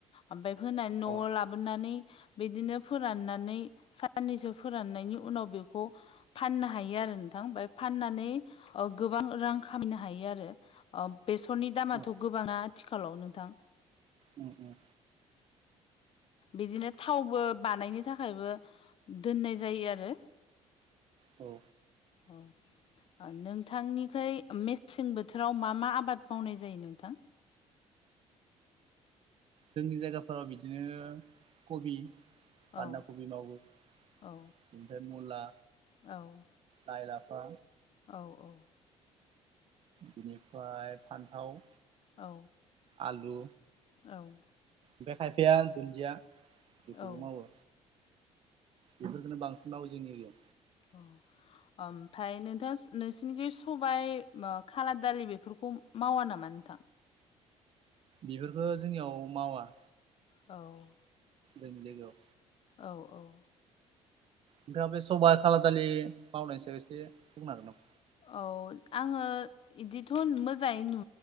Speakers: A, on the left; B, on the right.
A: आमफाय होनानै न'वाव
B: औ
A: लाबोनानै बिदिनो फोराननानै साननैसो फोराननायनि उनाव बेखौ फाननो हायो आरो नोंथां ओमफ्राय फाननानै ओ गोबां रां खामायनो हायो आरो। अ बेसरनि दामाथ'
B: औ
A: गोबाङा आथिखालाव नोंथां
B: उम उम
A: बिदिनो थावबो बानायनो थाखायबो दोननाय जायो आरो
B: औ
A: औ ओ नोंथांनिखै मेसें बोथोराव मा मा आबाद मावनाय जायो नोंथां?
B: जोंनि जायगाफोराव बिदिनो खबि बानदा
A: औ
B: खबि मावो ओमफाय
A: औ
B: मुला
A: औ
B: लाइ लाफा
A: औ औ
B: बिनिफाय फानथाव
A: औ
B: आलु
A: औ
B: ओमफ्राय खायफाया दुन्दिया बेखौबो
A: औ
B: मावो बिफोरफोरखोनो बांसिन मावो जोंनि जों
A: औ ओमफ्राय नोंथां नोंसोरनिखि बे सबाय मा खाला दालि बेफोरखौ मावा नामा नोंथां
B: बिफोरफोरखो जोंनियाव मावा
A: औ
B: जोंनि जायगायाव
A: औ औ
B: नोंथाङा बे सबा खाला दालि मावनायनि सायाव एसे बुंनो हागोन नामा
A: औ आंङो इदिथ' मोजाङै नु